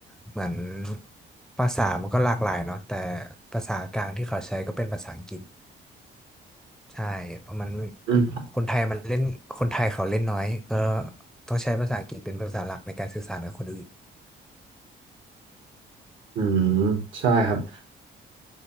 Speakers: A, in the centre; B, on the right.
A: เหมือนภาษามันก็หลากหลายเนาะแต่ภาษากลางที่เขาใช้ก็เป็นภาษาอังกฤษ ใช่เพราะมัน
B: อืม
A: คนไทยมันเล่นคนไทยเขาเล่นน้อยก็ต้องใช้ภาษาอังกฤษเป็นภาษาหลักในการสื่อสารกับคนอื่น
B: อืมใช่ครับ